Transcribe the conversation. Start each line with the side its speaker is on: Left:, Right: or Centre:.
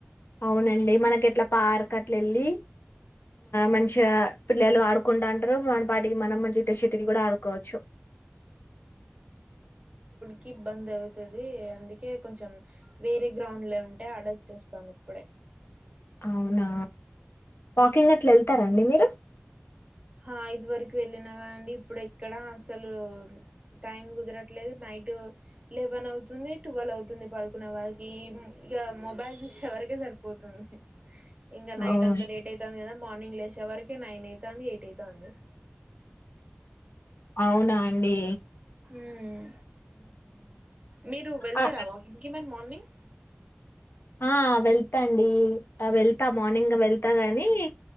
Left: అవునండి మనకి ఎట్లా పార్క్ అట్లు వెళ్ళి మంచిగా పిల్లలు ఆడుకుంటుంటారు వాటికి మనం మంచిత సెటిల్ కూడా ఆడుకోవచ్చు
Right: కిబ్బంద్ అవుతుది అందుకే కొంచెం వేరే గ్రౌండ్ లో ఉంటే ఆడ వచ్చేస్తాను ఇప్పుడే
Left: అవునా వాకింగ్ అట్లా వెళ్తారండి మీరు
Right: ఆ అయిదు వరకు వెళ్ళినా కాండి ఇప్పుడు ఎక్కడ అసలు టైం కుదరట్లేదు నైట్ లెవెన్ అవుతుంది ట్వల్వ అవుతుంది పడుకునే వారికి ఇక మొబైల్ చూసే వరకే సరిపోతుంది ఇంకా నైట్
Left: అవును
Right: అంత లేట్ అయితుంది కదా మార్నింగ్ లేచే వరకు నైన్ అయితాంది ట్ట ద అంద
Left: అవునా అండి
Right: మ్మ్ మీరు వెళ్తారా
Left: ఆ
Right: వాకింగ్ కి గుడ్ మార్నింగ్
Left: ఆ వెళ్తాండి వెళ్తా మార్నింగ్ వెళ్తా గాని ఇక